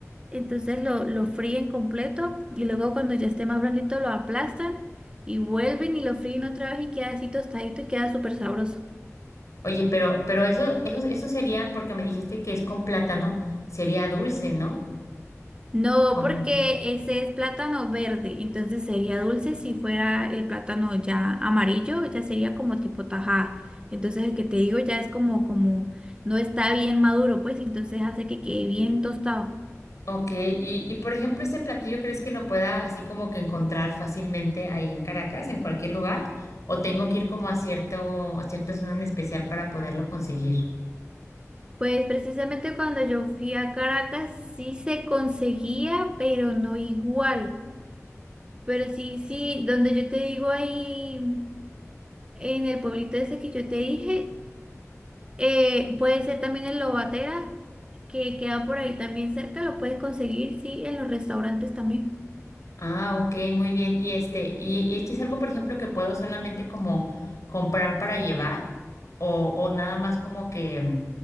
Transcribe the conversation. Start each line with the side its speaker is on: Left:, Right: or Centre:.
Right: Entonces lo, lo fríen completo y luego cuando ya esté más blandito lo aplastan y vuelven y lo fríen otra vez y queda así tostadito y queda súper sabroso.
Left: Oye, pero, pero eso, eso, eso sería, porque me dijiste que es con plátano, sería dulce, ¿no?
Right: No,
Left: ¿O
Right: porque
Left: no?
Right: ese es plátano verde, entonces sería dulce si fuera el plátano ya amarillo, ya sería como tipo tajada. Entonces el que te digo ya es como, como no está bien maduro, pues entonces hace que quede bien tostado.
Left: Ok, y, y por ejemplo, ¿este platillo crees que lo pueda así como que encontrar fácilmente ahí en Caracas, en cualquier lugar? ¿O tengo que ir como a cierto, a cierta zona en especial para poderlo conseguir?
Right: Pues precisamente cuando yo fui a Caracas sí se conseguía, pero no igual. Pero sí, sí, donde yo te digo ahí, en el pueblito ese que yo te dije, eh, puede ser también el Lobatera, que queda por ahí también cerca, lo puedes conseguir, sí, en los restaurantes también.
Left: Ah, ok, muy bien. Y este, y, y este es algo, por ejemplo, que puedo solamente como comprar para llevar, o, o nada más como que, mm,